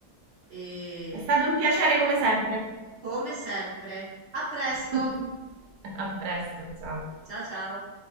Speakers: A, on the right; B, on the right.
A: e
B: È stato un piacere come sempre.
A: come sempre, a presto,
B: <laughs> A presto, ciao.
A: ciao ciao.